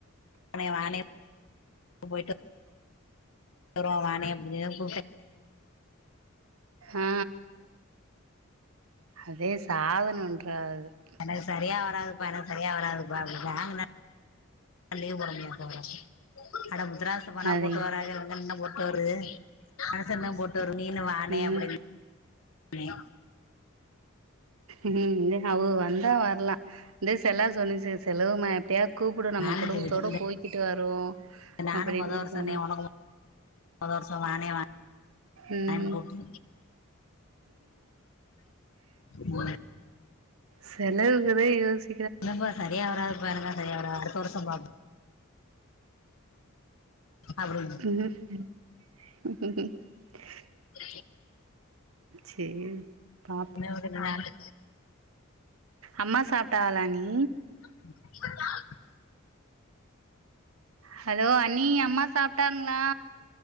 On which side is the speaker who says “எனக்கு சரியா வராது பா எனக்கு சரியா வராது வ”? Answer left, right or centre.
Left